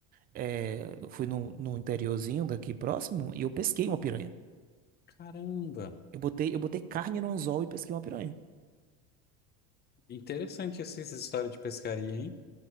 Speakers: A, on the right; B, on the left.
A: é, eu fui num, num interiorzinho daqui próximo e eu pesquei uma piranha.
B: Caramba,
A: Eu botei, eu botei carne no anzol e pesquei uma piranha.
B: interessante essas história de pescaria, hein?